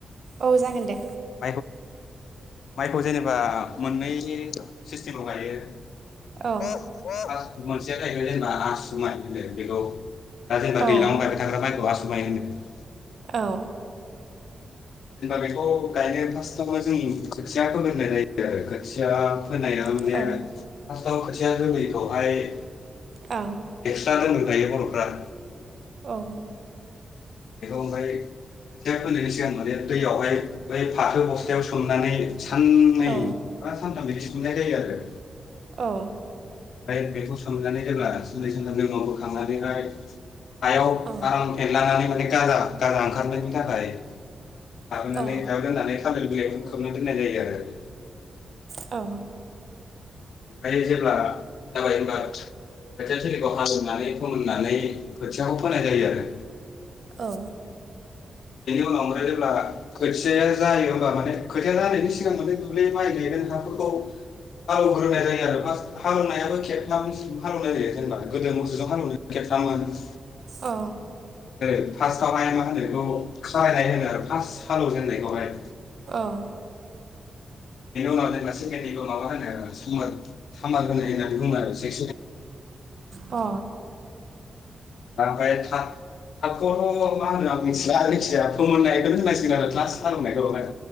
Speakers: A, on the right (about 50°); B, on the left (about 80°).
A: औ जागोन दे
B: <unintelligible> माइखौ जेनेबा मोननै सिस्टेमाव गायो।
A: औ
B: <unintelligible> मोनसेया जाहैबाय जेनेबा आसु माइ होनो बेखौ दा जेनबा
A: औ
B: दैलांआव गायबाय थाग्रा माइखौ आसु माइ होनो। <unintelligible>
A: औ।
B: जेनेबा बेखौ गायनो फास्टावनो जों खोथिया फोगोरनाय जायो आरो खोथिया <unintelligible> फास्टाव खोथि
A: औ
B: खोथिया रोङिखौहाय एकस्रा
A: आं
B: दोनग्रो गायो बर'फ्रा
A: उम।
B: बेखौ ओमफ्राय खोथिया फोनायनायनि सिगां माने दैयावहाय बै फाथो बस्थायाव सोमनानै साननै
A: औ
B: बा सानथाम <unintelligible> जायो आरो।
A: औ।
B: ओमफाय बेखौ सोमनानै जेब्ला सानै सानथामनि उनाव बोखांनानैहाय हायाव
A: औ
B: आराम फेनलानानै गाजा गाजा ओंखारनायनि थाखाय। लाबोनानै
A: औ
B: हायाव दोननानै <unintelligible> बिलाइखौ खोबना दोननाय जायो आरो‌।
A: औ
B: ओमफ्राय जेब्ला जाबाय होनबा खोथिया थिलिखौ हालेवनानै फोमोननानै खोथियाखौ फोनाय जायो आरो।
A: औ।
B: बेनि उनाव ओमफ्राय जेब्ला खोथिया जायो होमबा माने खोथिया जानायनि सिगां माने दुब्लि माइ गायगोन हाफोरखौ हालौग्रोनाय जायो आरो फास्ट हालौनायाबो खेबथाम हालौनाय जायो जेनेबा गोदो मोसौजों हालौनो खेबथाम मोनो
A: औ
B: जायो फास्टावहाय मा होनो बिखौ खारायनाय होनो आरो फार्स्ट हालौजेननायखौहाय।
A: अ।
B: बेनि उनाव जेनेबा सेकेणडनिखौ माबा होनो सुमोर सामार होनो होननानै बुङो आरो से
A: अ
B: ओमफाय थाब-थाबखौथ' मा होनो आं मिथिला जायखिजाया फोमोननायखौनो होननांसिगोन आरो ग्लास हालौनायखौहाय।